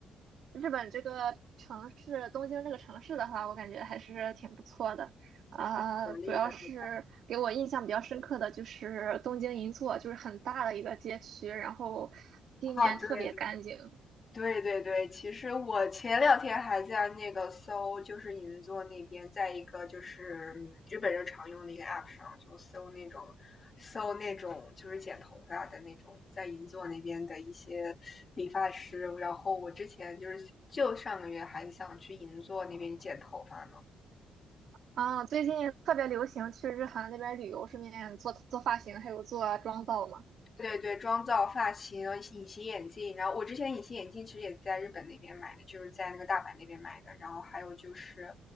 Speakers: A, on the right; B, on the left.
A: 日本这个城市，东京这个城市的话，我感觉还是挺不错的。啊、
B: 就挺有活力的，
A: 主要是给我印象比较深刻的就是东京银座，
B: 对吧？
A: 就是很大的一个街区，然后地面特别干净。
B: 啊，对对对对对，其实我前两天还在那个搜，就是银座那边，在一个就是嗯日本人常用的一个 app 上，就搜那种搜那种就是剪头发的那种，在银座那边的一些理发师。然后我之前就是就上个月还想去银座那边剪头发呢，
A: 啊、最近特别流行去日韩那边旅游，顺便做做发型，还有做妆造嘛。
B: 对对，妆造、发型、隐形眼镜，然后我之前隐形眼镜其实也在日本那边买的，就是在那个大阪那边买的，然后还有就是